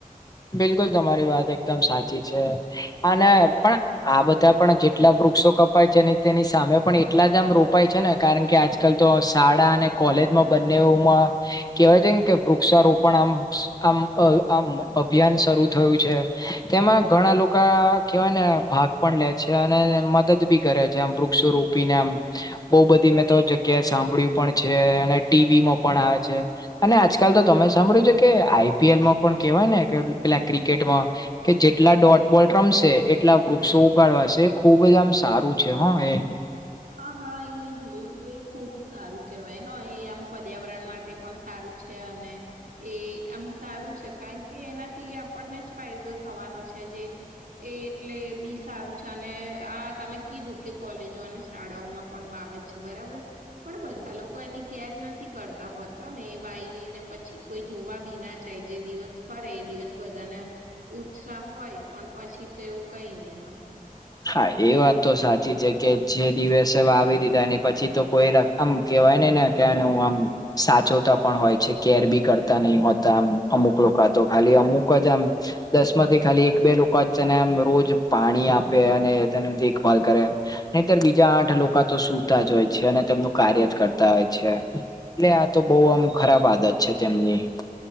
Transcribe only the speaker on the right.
હા હા એ મેં જોયું તું એ ખુબ સારું કેહેવાય હા એ આમ પર્યાવરણ માટે પણ સારું છે અને એ આમ સારું છે કારણ કે એનાથી આપણને જ ફાયદો થવાનો છે જે એ એટલે બી સારું છે અને આ તમે કીધું કે કોલેજો અને શાળાઓમાં પણ વાવે છે બરાબર પણ બધા લોકો એની કેર નથી કરતા હોતા ને એ વાય ને પછી કોઈ જોવા બી ના જાય જે દિવસ કરે એ દિવસ બધાને ઉત્સાહ હોય પણ પછી તો એવું કઈ નહી હતું
હમ